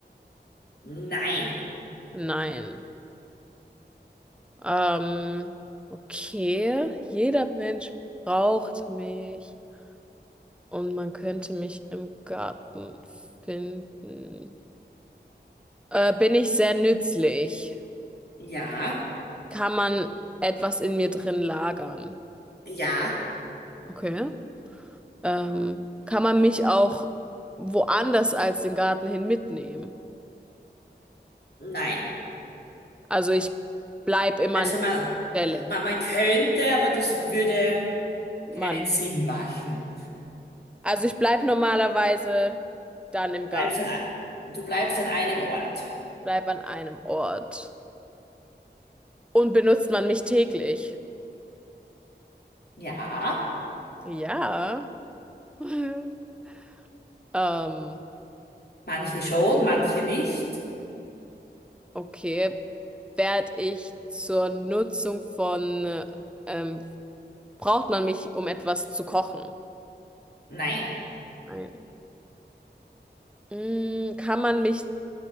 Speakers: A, on the left; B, in the centre.
A: Nein,
B: Nein. Ähm, okay, jeder Mensch braucht mich und man könnte mich im Garten finden. Äh, bin ich sehr nützlich?
A: ja,
B: Kann man etwas in mir drin lagern?
A: ja,
B: Okay. Ähm, kann man mich auch woanders als den Garten hin mitnehmen?
A: nein.
B: Also ich bleib immer
A: Also
B: an
A: man,
B: der Stelle.
A: man, man könnte, aber das würde keinen
B: Mann.
A: Sinn machen.
B: Also ich bleib normalerweise dann im
A: Du
B: Garten,
A: bleibst an, du bleibst an einem Ort.
B: bleib an einem Ort. Und benutzt man mich täglich?
A: Ja,
B: Ja. <laughs> Ähm,
A: manche schon, manche nicht.
B: okay. Werd ich zur Nutzung von, ähm, braucht man mich, um etwas zu kochen?
A: Nein,
B: Nein. Mm, kann man mich,